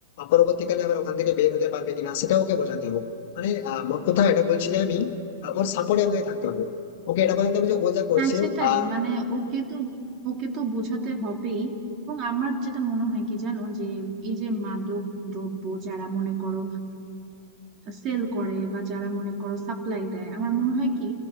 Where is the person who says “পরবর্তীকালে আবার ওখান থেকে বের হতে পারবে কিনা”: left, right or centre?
Left